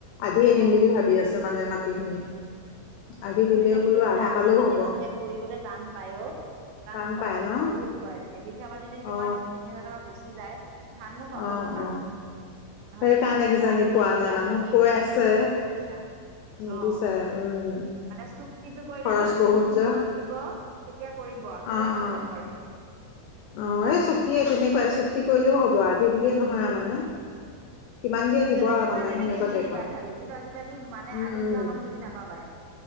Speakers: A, on the left; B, on the right.
A: আধিয়ে দিম
B: অ
A: বুলি ভাবি আছে মানে মাটিখিনি।
B: <unintelligible>
A: আধি দিলেও
B: আজিকালি
A: বোলো
B: কি জানা
A: আধা
B: আধি
A: পালেও
B: মাটি
A: হ'ব
B: মানুহে কৰিবলৈ টান পায় অ। কাৰণ
A: টান
B: খৰচ
A: পাই ন
B: বহুত হয় এবিঘা মাটি যদি তোমাৰ
A: অ
B: দুই তিনি হাজাৰ টকা গুচি যায় ধাননো পাব
A: অ
B: কিমান?
A: অ
B: হয়নে
A: সেইকাৰণে
B: নহয়?
A: কিজানি
B: প্ৰায় মানুহে
A: পোৱা
B: আজিকালি
A: নাই
B: আধি
A: মানুহক
B: কৰিবলৈ
A: কৈ
B: নিবিচাৰে
A: আছে
B: গম পাইছা?
A: নিবিচাৰে
B: অ
A: উম
B: মানে চুক্তিটো কৰিলে
A: খৰচ
B: ধান
A: বহুত
B: তিনি মোন
A: যে
B: তোমাক দিব। তেতিয়া কৰিব কিন্তু
A: অ
B: আধি
A: অ
B: নকৰে।
A: অ
B: হয়
A: এই চুক্তিয়ে তেনেকুৱাই
B: নকৰে
A: চুক্তি কৰিলেও হব আধি বুলিয়ে নহয় মানে। কিমান
B: তেনে
A: দিয়ে দিব
B: যেনেকে
A: আৰু
B: পায়
A: মানে
B: তেনেকে
A: সেনেকুৱা
B: দি
A: টাইপৰ
B: দিবা খালি কিন্তু আজিকালি মানে
A: উম
B: আধি
A: উম
B: কৰা মানুহ তুমি নাপাবাই।